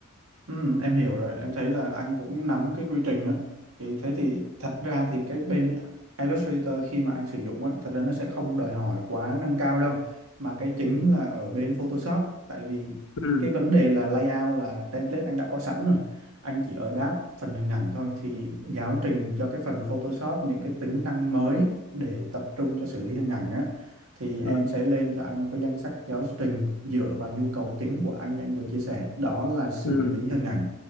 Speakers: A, on the right (about 75°); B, on the left (about 65°).
A: Ừ, em hiểu rồi, em thấy là anh cũng nắm cái quy trình á. Thì thế thì thật ra thì cái bên Illustrator khi mà anh sử dụng á, thật ra nó sẽ không đòi hỏi quá nâng cao đâu. Mà cái chính là ở bên Photoshop, tại vì
B: ừ
A: cái vấn đề là layout là template anh đã có sẵn rồi. Anh chỉ ở đáp phần hình ảnh thôi thì giáo trình cho cái phần Photoshop những cái tính năng mới để tập trung cho xử lý hình ảnh á thì em
B: ừ
A: sẽ lên cho anh một cái danh sách giáo trình dựa vào nhu cầu chính của anh như anh vừa chia sẻ đó là xử
B: ừ
A: lý hình ảnh